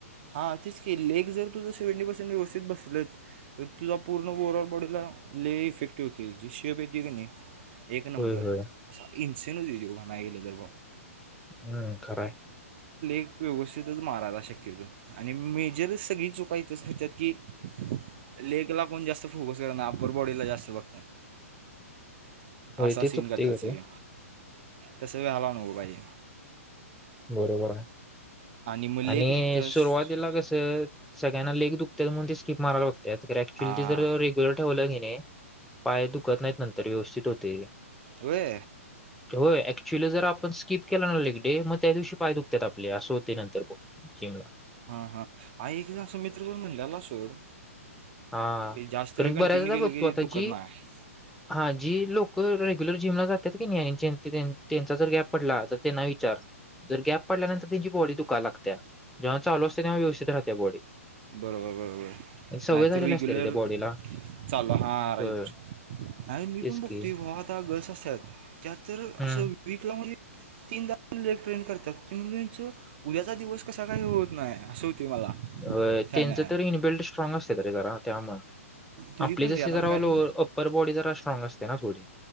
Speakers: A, on the right (about 45°); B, in the centre.
A: हा तीच केली एक जर तुझं सेव्हं्टी पर्सेंट व्यवस्थित बसल.. तर तुझा पूर्ण ओववरल बॉडीला ले इफेक्टिव्ह होतेची शेप येत की नाही.. एक
B: होय
A: नंबर
B: होय
A: असा इंचेनच व्हिडिओ घाणा गेला तरर भा..
B: हम्म खरंय.
A: व्यवस्थितच मारायला शक्यतो आणि मेजर सगळी चुका इथच करतात की! लेगला कोण जास्त फोकस कर ना अप्पर बॉडीला जास्त बघत.
B: होय
A: असा
B: ते
A: सीन
B: चुकते
A: करत
B: खरे
A: स कळी तसं वळाला अ नभो बाज..
B: बरोबर आहे
A: मग लेख
B: आणि
A: फक्त
B: सुरुवात!
A: स-
B: त्याला कसं सगळ्यांना लेग दुखतात म्हणून ते स्किप मारयला लागत. त्यात ऍक्च्युअली
A: हा
B: ते ज रेग्युलर ठेवलं नाहीे नाही पाय दुखत नाहीत नंतर व्यवस्थित होते.
A: होे.
B: होय ऍक्च्युली जर आपण स्किप केला ना डे मग त्या दिवशी पाय दुखतात.. आपले असं होते नंतर प.. मुखिमला..
A: ह एकदा अस मित्र कोण म्हणलेला सोड
B: हा
A: ते जास्त
B: कारण
A: वेळ कंटिन्यू
B: बऱ्याचदा
A: केलं
B: बघतो
A: की
B: आता
A: दुखत
B: जी
A: नाही
B: हां जी लोकं रेगुलर जिमला त की नाही त्यांचा जर गॅप पडला तर त्यांना विचार जर गॅप पडल्यानंतर त्यांची बॉडी दुखाय लागत्या जेव्हा चालू असते तेव्हा व्यवस्थित राहते बॉडी
A: बरोबर-बरोबर
B: आणि सवय
A: नाहीतर
B: झालेली
A: रेग्युलर
B: असते रे त्या बॉडीला
A: चालू हा
B: होय.
A: राईट आणि मी
B: तेच
A: पण बघतोय
B: की
A: भावा आता गर्ल्स असतात त्यात तर
B: हम्म
A: असं वीकला म्हणजे तीनदाले ट्रेन करतातच उद्याचा दिवस कसा काही होत नाही असं मला
B: हो
A: सांगा
B: त्यांचं तर इनबिल््ट स्ट्रॉग असते त रे घरात. त्यामुळ
A: तरी
B: आपली
A: पण
B: जशी
A: रे आता
B: जरा
A: मॅन
B: लो अप्पर बॉडी जरा स्ट्रॉग असते ना थोडी.